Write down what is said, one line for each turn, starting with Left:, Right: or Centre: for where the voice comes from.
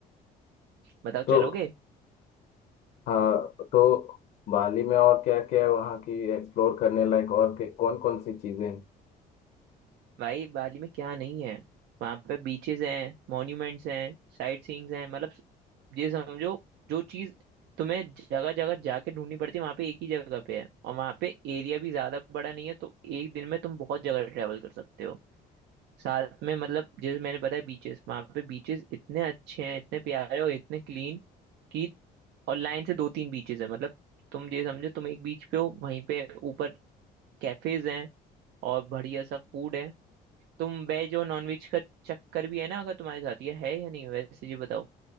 Right: बताओ
Left: तो
Right: चलोगे
Left: हाँ तो बाली में और क्या क्या है वहाँ की एक्सप्लोर करने लायक और कौन कौन सी चीज़ें हैं
Right: भाई बाली में क्या नहीं है वहां पे बीचेस हैं मॉन्यूमेंट्स हैं साइट सीइंग्स हैं मतलब ये समझो जो चीज तुम्हें जगह जगह जाके ढूंढनी पड़ती है वहां पे एक ही जगह पे है और वहां पे एरिया भी ज्यादा बड़ा नहीं है तो एक दिन में तुम बहुत जगह ट्रेवल कर सकते हो साथ में मतलब जैसे मैंने बताया बीचेस वहां पे बीचेस इतने अच्छे हैं इतने प्यारे और इतने क्लीन कि और लाइन से दो तीन बीचेस है मतलब तुम ये समझो तुम एक बीच पे हो वहीं पे ऊपर कैफेज हैं और बढ़िया सा फूड है तुम वेज और नॉन वेज का चक्कर भी है ना अगर तुम्हारे साथ ये है या नहीं वैसे ये बताओ